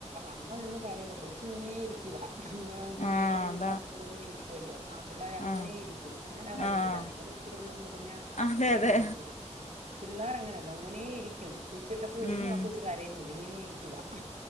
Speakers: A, on the right (about 65°); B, on the left (about 70°).
A: അമ്മ നിന്ന് കറയു കൊച്ചി ഇങ്ങനെ ഇരിക്കുവ ആ
B: ആഹ് ആഹ്
A: വേദന എടുക്കാത്ത
B: അതാ
A: പോലെ ഇങ്ങനെ തുല്ലോ ആമ്പിള്ളാര് അങ്ങനെ
B: ആഹ്
A: ഇരിക്കും എങ്ങനാന്നറിയത്തില്ല
B: ആഹ്
A: നമ്മള ഇച്ചിരി ഒന്നും മുറിഞ്ഞ
B: അതെ
A: കടന്നലയും
B: അതെ
A: പിള്ളേർ അങ്ങനെയല്ലോ അങ്ങനെ ഇ കും സ്റ്റിച് ഇട്ടപ്പൊഴും
B: ഉം
A: ഒന്നും ആ കൊച്ച് കരയുന്നില്ല ഇങ്ങനെ ഇരി കിവാ